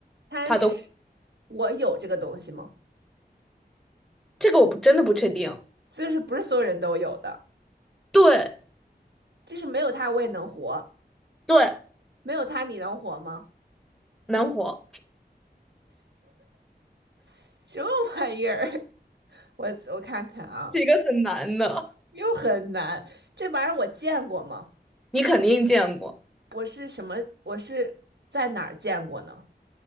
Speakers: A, on the right; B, in the centre.
A: 它是
B: 它都
A: 我有这个东西吗？
B: 这个我不真的不确定。
A: 就是不是所有人都有的，
B: 对
A: 就是没有它我也能活，
B: 对，
A: 没有它你能活吗？
B: 难活 <laughs>
A: <laughs> 什么玩意儿？<laughs> 我我看看啊，
B: 是一个很难的，
A: 又很难。这玩意儿我见过吗？
B: 你肯定见过。
A: 我是什么？我是在哪儿见过呢？